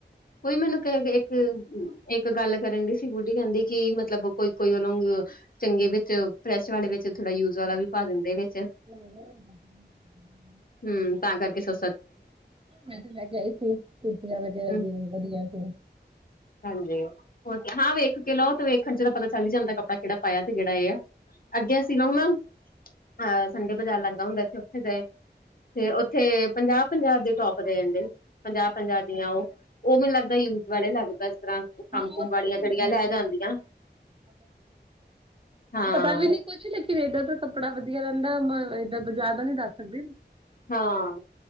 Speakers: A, on the left; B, on the right.
A: ਕੋਈ ਮੈਨੂੰ ਕਹੇ ਕੇ ਇੱਕ ਇੱਕ ਗੱਲ ਕਰਨ ਦੀ ਸੀ ਬੂਟੀ ਕਹਿੰਦੀ ਕਿ ਮਤਲਬ ਕੋਈ ਕੋਈ ਵੱਲੋਂ ਚੰਗੇ ਵਿੱਚ ਫਰੈਸ਼ ਵਾਲੇ ਵਿੱਚ ਥੋੜਾ ਯੂਜ ਵਾਲਾ ਵੀ ਪਾ ਦਿੰਦੇ ਨੇ
B: <inaudible>
A: ਹਮ ਤਾਂ ਕਰਕੇ ਸਸ
B: ਮੈਂ ਤੇ ਮੈ ਕਿਹਾਈ ਸੀ ਸਬਜ਼ੀਆਂ ਵਗੈਰਾ
A: ਹਮ
B: ਵਧੀਆ ਸੀ <unintelligible>
A: ਹਾਂਜੀ ਹਾਂ ਵੇਖ ਕੇ ਲਓ ਤੇ ਵੇਖਣ ਚ ਤਾਂ ਪਤਾ ਚੱਲ ਹੀ ਜਾਂਦਾ ਕੱਪੜਾ ਕਿਹੜਾ ਪਾਇਆ ਤੇ ਕਿਹੜਾ ਇਹ ਆ ਅੱਗੇ ਅਸੀਂ ਲਓ ਨਾ ਐ ਸੰਡੇ ਬਾਜ਼ਾਰ ਲੱਗਦਾ ਹੁੰਦਾ ਇੱਥੇ ਉੱਥੇ ਗਏ ਤੇ ਉੱਥੇ ਪੰਜਾਹ ਪੰਜਾਹ ਦੇ ਸੋਪ ਦੇਡੇੰ ਪੰਜਾਹ ਪੰਜਾਹ ਦੀਆਂ ਉਹ ਉਹ ਮੈਨੂੰ ਲੱਗਦਾ ਯੂਜ ਵਾਲੇ ਲੱਗਦਾ ਤਰ੍ਹਾਂ ਕੰਮ
B: ਹਾਂ
A: ਕੁਮ
B: ਉਹ
A: ਵਾਲੀਆਂ
B: ਤਾਂ ਹੈ
A: ਜਿਹੜੀਆਂ
B: ਨਾਂ
A: ਲੈ ਜਾਂਦੀਆਂ ਹਾਂ
B: ਤਾਂ ਪਤਾ ਵੀ ਨਹੀਂ ਕੁਛ ਲੇਕਿਨ ਇੱਧਰ ਕੱਪੜਾ ਵਧੀਆ ਰਹਿੰਦਾ ਮੈਂ ਏਦਾਂ ਬਜ਼ਾਰ ਦਾ ਨੀ ਦੱਸ ਸਕਦੀ।
A: ਹਾਂ